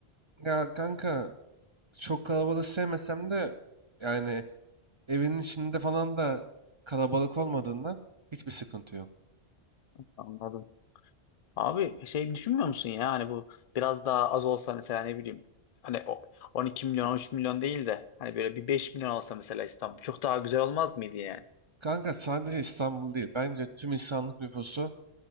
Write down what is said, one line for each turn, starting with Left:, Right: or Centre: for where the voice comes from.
Right: Ya kanka çok kalabalık sevmesem de yani evinin içinde falan da kalabalık olmadığından hiçbir sıkıntı yok.
Left: Anladım. Abi şey düşünmüyor musun ya? Hani bu biraz daha az olsa mesela ne bileyim. Hani o 12 milyon 13 milyon değil de hani böyle bir 5 milyon olsa mesela İstanbul çok daha güzel olmaz mıydı yani?
Right: Kanka sadece İstanbul değil. Bence tüm insanlık nüfusu